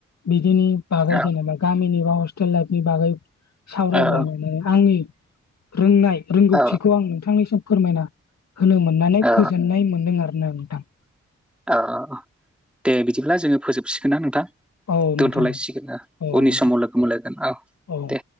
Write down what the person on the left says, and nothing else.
बिदिनि बागै
जेनेबा गामिनि बा हस्टेल लाइफनि बागै सावरायलायनानै
आंनि रोंनाय रोंगौथिखौ
आं नोंथांनिसिम फोरमायना होनो मोननानै
गोजोननाय मोन्दों आरोना नोंथां
औ नोंथां
औ
नोंथां
औ